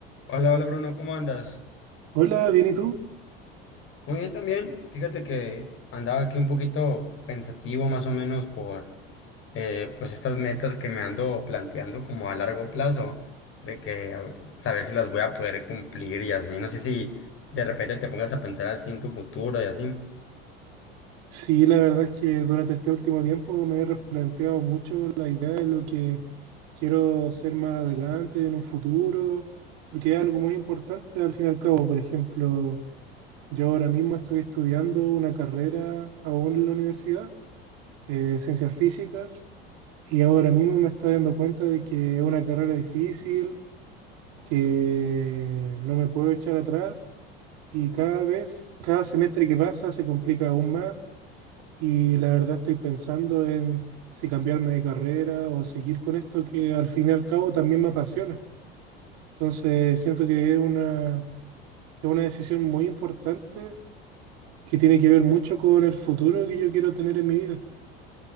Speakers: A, on the left; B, on the right.
A: Hola, hola Bruno, ¿cómo andas?
B: Hola, bien, ¿y tú?
A: Muy bien también. Fíjate que andaba aquí un poquito pensativo más o menos por eh, pues estas metas que me ando planteando como a largo plazo, de que a ver, saber si las voy a poder cumplir y así. No sé si de repente te pongas a pensar así en tu futuro y así.
B: Sí, la verdad es que durante este último tiempo me he replanteado mucho la idea de lo que quiero ser más adelante, en un futuro, porque es algo muy importante al fin y al cabo. Por ejemplo, yo ahora mismo estoy estudiando una carrera aún en la universidad, eh, ciencias físicas, y ahora mismo me estoy dando cuenta de que es una carrera difícil, que no me puedo echar atrás. Y cada vez, cada semestre que pasa se complica aún más Y la verdad estoy pensando en si cambiarme de carrera o seguir con esto que al fin y al cabo también me apasiona. Entonces siento que es una, es una decisión muy importante que tiene que ver mucho con el futuro que yo quiero tener en mi vida.